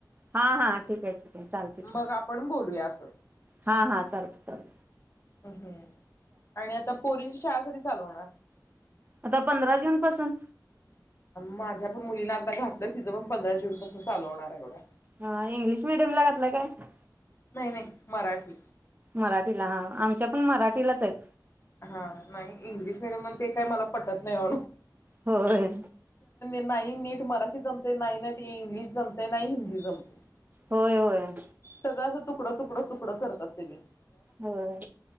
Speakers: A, on the right; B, on the left.
A: हा हा ठीक आहे ठीक आहे चालतयं की.
B: मग आपण <inaudible>
A: हा हा चालत चालतंय.
B: अ हं. आणि आता पोरींची शाळा कधी? चालु होणार
A: आता पंधरा जून पासून.
B: माझ्या पण मुलींना आता घातलं तिचं पण पंधरा जून पासून चालु होणार हाय बघा.
A: हा इंग्लिश मिडियम ला घातलायं काय?
B: नाही नाही मराठी
A: मराठीला हा आमच्या -- पण मराठीलाच हाईत.
B: हा नाही इंग्लिश मिडियम ते काही मला पटत नाही ओ.
A: होय.
B: नाही नीट मराठी जमतंय. नाही नीट इंग्लिश जमतंय. ना हिंदी जमतंय.
A: होय, होय.
B: सगळं असं तुकडं तुकडं तुकडं करतात त्याचे.
A: होय